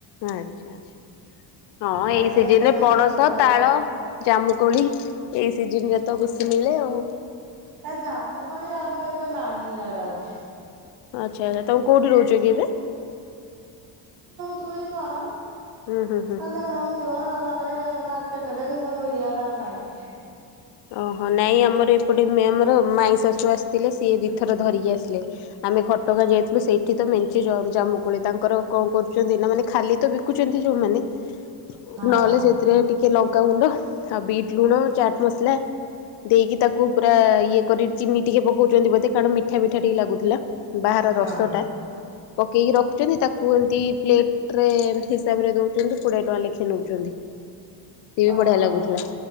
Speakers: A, on the left; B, on the right.
A: ଆଛା ଆଛା ହଁ
B: ଆରିକେ
A: ଏଇ ସିଜନରେ
B: ଏଇଟା ତ
A: ପଣସ
B: ଗୋଟେ ନୂଆ
A: ତାଳ ଜାମୁକୋଳି ଏଇ ସିଜିନରେ ତ ବେଶି ମିଳେ ଆଉ।
B: ନା ଜାମୁ କୋଳି ଆଉ ଏ ତ ନାହିଁ ଇଆଡ଼େ ଆଉ।
A: ଆଚ୍ଛା ଆଛା ତମେ କୋଉଠି ରହୁଛ କି ଏବେ?
B: ଥିବେ କି କଣ?
A: ହୁଁ ହୁଁ ହୁଁ
B: ହେଲେ ହଉଥିବ ନହେଲେ ନାଇଁ। <unintelligible> ଇଆଡେ ଆଉ ନାହିଁ।
A: ଓହୋ ନାଇଁ ଆମର ଏପଟେ ଆମର ମାଇଁ ଶାଶୁ ଆସିଥିଲେ ସିଏ ଦିଇଥର ଧରିକି ଆସିଲେ। ଆମେ କଟକ ଯାଇଥିଲୁ ସେଇଠି ତ ମେଞ୍ଚେ ଜ ଜାମୁକୋଳି ତାଙ୍କର କଣ କରୁଛନ୍ତି ନା ମାନେ ଖାଲି ତ ବିକୁଛନ୍ତି ଯୋଉମାନେ
B: ହଁ
A: ନହେଲେ ସେଥିରେ ଟିକେ ଲ ଲଙ୍କା ଗୁଣ୍ଡ ଆଉ ବିଟ୍ ଲୁଣ ଓ ଚାଟ୍ ମସଲା ଦେଇକି ତାକୁ ପୁରା ଇଏ କରି ଚିନି ଟିକେ ପକଉଛନ୍ତି ବୋଧେ କାରଣ ମି ମିଠା ମିଠା ଟିକେ ଲାଗୁଥିଲା ବାହାର
B: ହଁ
A: ରସଟା ପକେଇକି ରଖୁଛନ୍ତି ତାକୁ ଏମିତି ପ୍ଲେଟରେ ଏମତି ହିସାବରେ ଦେଉ କିନ୍ତୁ କୋଡିଏ ଟଙ୍କା ଲେଖା ନଉଛନ୍ତି। ସିଏ ବି
B: ଓହୋ
A: ବଢିଆ ଲାଗୁଥିଲା।